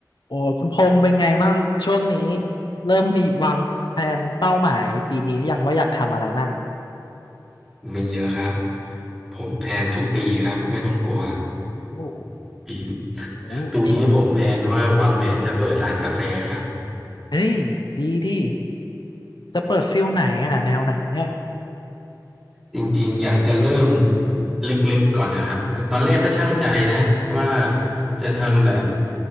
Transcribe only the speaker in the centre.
มีแล้วครับผมแพลนทุกปีครับไม่ต้องกลัว
ปี
ปีนี้ผมแพลนว่าวางแผนจะเปิดร้านกาแฟครับ
จริงๆอยากจะเริ่มเล็กๆก่อนนะครับคือตอนแรกก็ช่างใจนะว่าจะทำแบบ